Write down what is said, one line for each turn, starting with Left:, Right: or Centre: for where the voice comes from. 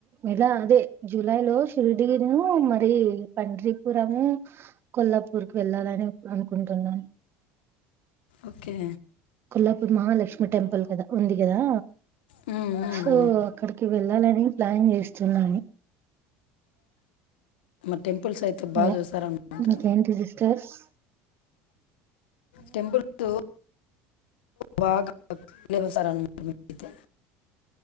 Right: ఇలా అదే జూలై లో షిరిడీను మరి పండీపురము కొల్లాపూర్ కి వెళ్ళాలని అనుకుంటున్నాను
Left: ఓకే
Right: కొల్లాపూర్ మహాలక్ష్మి టెంపుల్ కదా ఉంది కదా
Left: మ్మ్, మ్మ్,
Right: సో
Left: మ్మ్.
Right: అక్కడికి వెళ్ళాలని ప్లాన్ చేస్తున్నాను
Left: మ టెంపుల్స్ అయితే బా
Right: అలా
Left: చూసారనమాట
Right: ఇంకేంటి సిస్టర్స్
Left: టెంపుల్ లు బాగా చూసారనమాట మీరు అయితే